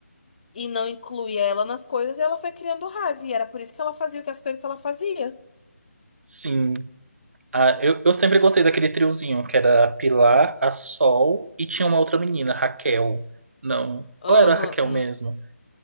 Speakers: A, on the left; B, on the right.
A: e não incluía ela nas coisas, e ela foi criando raiva e era por isso que ela fazia o que as coisas que ela fazia.
B: Sim. Ah, eu, eu sempre gostei daquele triozinho, que era a Pilar, a Sol e tinha uma outra menina, Raquel. Não.
A: Aham,
B: Ou era a Raquel
A: não-
B: mesmo?